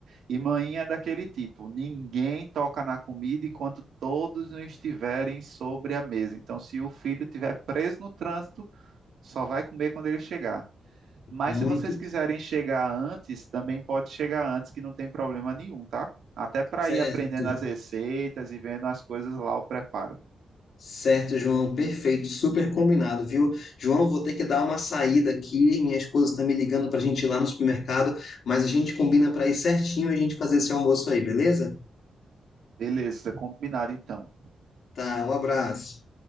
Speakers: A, on the right (about 70°); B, on the left (about 65°).
A: E manhã é daquele tipo, ninguém toca na comida enquanto todos não estiverem sobre a mesa. Então, se o filho estiver preso no trânsito, só vai comer quando ele chegar. Mas
B: Muito
A: se vocês quiserem chegar antes, também pode chegar antes, que não tem problema nenhum, tá? Até para
B: certo.
A: ir aprendendo as receitas e vendo as coisas lá, o preparo.
B: Certo, João, perfeito, super combinado, viu? João, vou ter que dar uma saída aqui, minha esposa está me ligando para a gente ir lá no supermercado, mas a gente combina para ir certinho e a gente fazer esse almoço aí, beleza?
A: Beleza, combinado então.
B: Tá, um abraço.